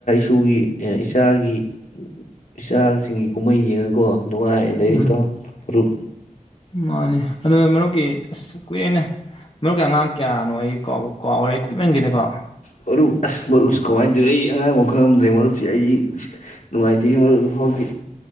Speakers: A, on the left; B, on the left.
A: ꯏꯨꯒꯤ ꯏꯆꯥꯒꯤ ꯏꯆꯥꯁꯤꯡꯒꯤ ꯀꯨꯝꯍꯩ ꯌꯦꯡꯉꯀꯣ ꯅꯨꯡꯉꯥꯏꯅ ꯂꯩꯔꯤ
B: ꯎꯝ
A: ꯏꯇꯥꯎ ꯃꯔꯨꯞ
B: ꯃꯥꯅꯤ ꯑꯗꯨ ꯃꯔꯨꯞꯀꯤ ꯑꯁ ꯀꯨꯏꯔꯦꯅꯦ ꯃꯔꯨꯞꯀꯤ ꯑꯉꯥꯡ ꯀꯌꯥꯅꯣ ꯑꯩ ꯕꯨ ꯀꯥꯎꯕꯨ ꯀꯥꯎꯔꯦ ꯀꯨꯏꯃꯟꯈꯤꯦꯗꯀꯣ
A: ꯃꯔꯨꯞ ꯑꯁ ꯃꯔꯨꯞꯁꯨ ꯀꯃꯥꯏ ꯇꯧꯏ ꯑꯩ ꯑꯉꯥꯡꯕꯧ ꯈꯪꯉꯝꯗ꯭ꯔꯦ ꯃꯔꯨꯞꯁꯤ ꯑꯩ ꯑꯁ ꯅꯨꯡꯉꯥꯏꯇꯦꯅꯦ ꯃꯔꯨꯞ ꯑꯗꯨ ꯐꯥꯎꯗꯤ